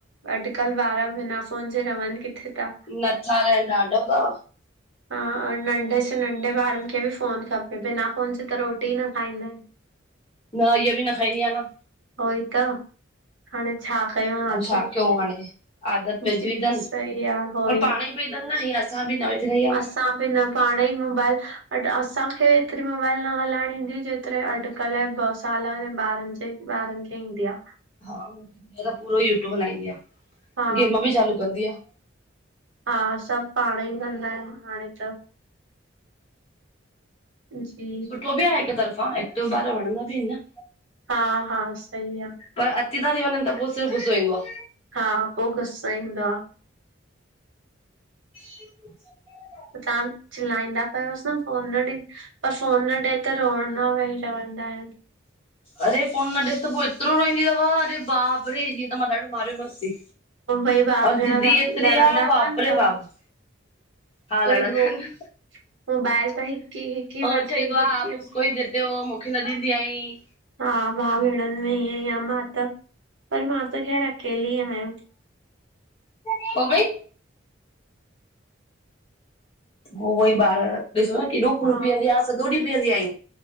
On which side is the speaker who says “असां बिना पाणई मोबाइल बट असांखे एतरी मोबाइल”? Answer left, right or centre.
Right